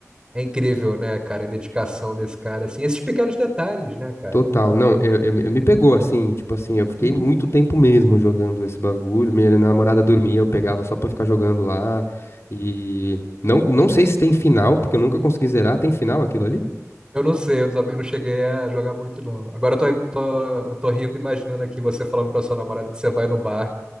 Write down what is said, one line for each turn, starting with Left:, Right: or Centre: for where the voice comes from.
Right: é incrível, né, cara, a dedicação desse cara, assim, esses pequenos detalhes, né, cara?
Left: total. Não, eu, eu- eu me pegou assim, tipo assim, eu fiquei
Right: Sim.
Left: muito tempo mesmo jogando esse bagulho, minha namorada dormia, eu pegava só pra ficar jogando lá, e não, não sei se tem final, porque eu nunca consegui zerar, tem final aquilo ali?
Right: Eu não sei, eu também não cheguei a jogar muito, não. Agora eu tô, tô, eu tô rindo, imaginando aqui você falando pra sua namorada que você vai no bar